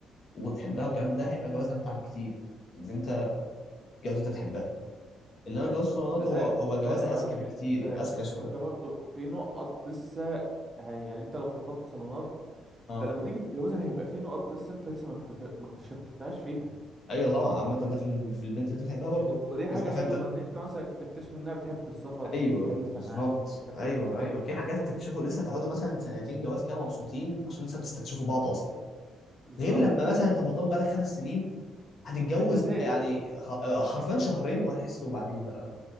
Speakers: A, on the left; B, on the right.
A: وبتحبها
B: امم
A: والكلام ده هيبقى جواز أمتع بكتير إن أنت جواز أنت بتحبها إنما جواز الصالونات
B: ده زائد
A: هو هو جواز
B: زائد يا
A: أذكى
B: معلم
A: بكتير
B: ان انت
A: يعني أذكى
B: ان
A: شوية
B: انت برضك في نقط لسه هي يعني انت لو خطبت صالونات
A: أه
B: انت لما تيجي تتجوزها هيبقى في نقط لسه انت لسه ما اكتت- ما اكتشفتهاش فيها
A: أيوه طبعا عامة ده في ال- في البنت اللي أنت بتحبها برضه
B: و- ودي
A: لازم
B: حاجة
A: تبقى
B: حلوة
A: فاهم ده
B: ان انت مثلا تكتشف انها بتحب السفر ودايسة
A: ايوه بالظبط
B: معاك ومش عارف
A: ايوه
B: ايه
A: ايوه في حاجات هتكتشفوا لسه هتقعدوا مثلا سنتين جواز كده مبسوطين عشان لسه بتستكشفوا بعض اصلا
B: بالظبط
A: غير لما مثلا انت مرتبط بقالك خمس سنين هتتجوز
B: انت زهقت
A: يعني ح- حرفيا شهرين
B: اه
A: وهتحس وبعدين بقى